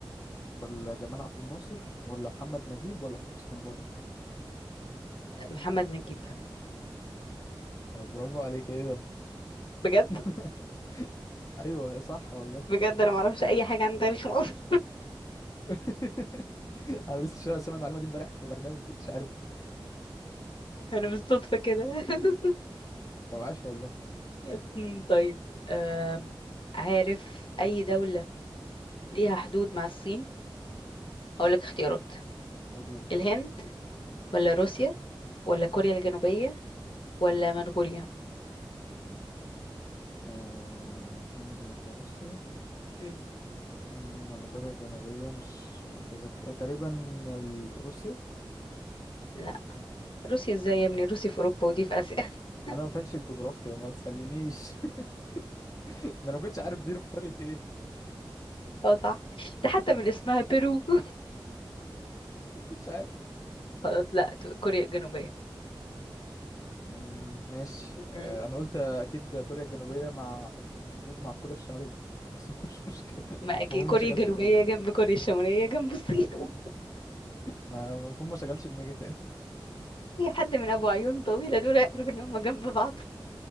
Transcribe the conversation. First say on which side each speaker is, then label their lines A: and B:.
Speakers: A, on the left; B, on the left.
A: ولا جمال عبد الناصر ولا محمد نجيب ولا حسني مبارك
B: محمد نجيب
A: آه، برافو عليك ايه ده
B: بجد
A: <laughs> ايوه صح والله
B: بجد انا ما اعرفش اي حاجه عن تاريخ مصر
A: <laughs> انا لسه شا- سامع المعلومه دي امبارح في برنامج ما كنتش عارفها
B: <laughs> انا بالصدفه كده <laughs>
A: او عاش والله
B: أمم، طيب أم، عارف اي دوله ليها حدود مع الصين هقولك اختيارات
A: قولي لي الاختيارات
B: الهند ولا روسيا ولا كوريا الجنوبيه ولا منغوليا
A: آه الهند ولا روسيا
B: أمم،
A: أمم، ولا كوريا الجنوبية مش متذكر إيه، تقريبا ال- روسيا
B: لا روسيا ازاي يا ابني روسيا في اوروبا ودي في اسيا <laughs>
A: انا ما فاهمش الجغرافيا ما تسألنيش <laughs> ده انا ما كنتش عارف بيرو في قرية ايه <laughs>
B: اه صح ده حتى من اسمها بيرو <laughs>
A: ما كنتش عارف
B: خلاص لا ت- كوريا الجنوبيه
A: أمم، ماشي
B: أمم،
A: آه، انا قلت اكيد كوريا الجنوبية مع حدود مع كوريا الشمالية بس <laughs> مش مشكلة
B: ما
A: المفروض
B: اكيد كوريا
A: ما شغلش
B: الجنوبيه
A: دماغي
B: جنب كوريا الشماليه جنب الصين
A: ما- المفروض ما شغلش دماغي تاني
B: اي حد من ابو عيون طويله دول يعرف ان هم جنب بعض